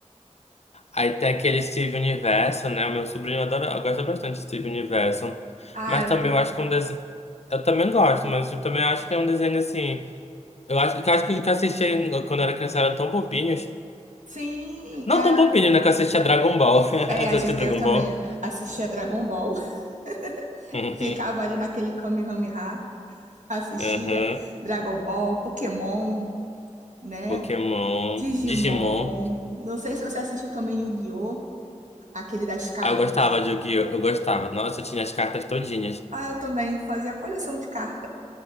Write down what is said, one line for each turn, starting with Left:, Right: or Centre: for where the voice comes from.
Left: Aí tem aquele Steve Universo, né? O meu sobrinho adora, gosta bastante de Steve Universo.
Right: Ah,
Left: Mas
Right: eu
Left: também
Right: também.
Left: eu acho que
Right: assisti.
Left: é um desenho. Eu também gosto, mas eu também acho que é um desenho assim. Eu acho que eu acho que eu assistia quando eu era criança eram tão bobinhos.
Right: Sim,
Left: Não
Right: é,
Left: tão bobinho, né? Que eu assistia Dragon Ball. <laughs> Tu
Right: é, a gente-
Left: assistia Dragon
Right: eu também
Left: Ball? <laughs>
Right: assisti a Dragon Ball. <laughs>
Left: Uhum.
Right: Ficava ali naquele Kamehameha. assistia
Left: Uhum.
Right: Dragon Ball, Pokémon, né?
Left: Pokémon,
Right: Digimon.
Left: Digimon.
Right: Não sei se você assistiu também Yu-Gi-Oh! Aquele das cartas.
Left: Aí eu gostava de Yu-Gi-Oh! Eu gostava. Nossa, eu tinha as cartas todinhas.
Right: Ah, eu também fazia coleção de cartas.